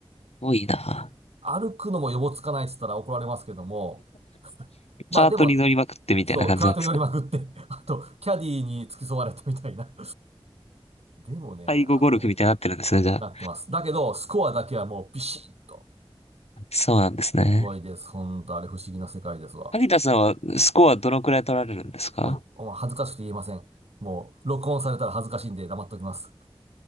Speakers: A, on the left; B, on the right.
A: 多いな。
B: 歩くのも予防つかないって言ったら怒られますけども、まあでも、
A: カートに乗りまくってみたいな感じなんですか。
B: そう、カートに乗りまくって、<laughs> あと、キャディーに付き添われてみたいな。でもね、
A: 背後ゴルフみたいになってるんですね、
B: あの、
A: じゃあ。
B: なってます。だけど、スコアだけはもうビシッと。
A: そうなんですね。
B: すごいです。ほんと、あれ不思議な世界ですわ。
A: 萩田さんはスコアどのくらい取られるんですか
B: もう、もう恥ずかしくて言えません。もう、録音されたら恥ずかしいんで黙っときます。